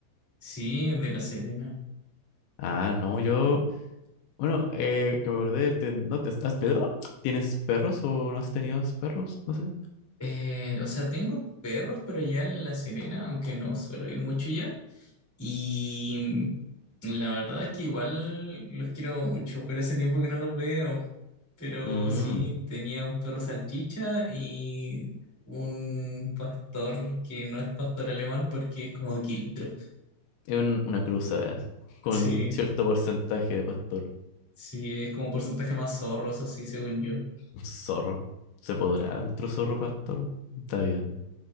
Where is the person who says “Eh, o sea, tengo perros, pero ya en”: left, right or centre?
Centre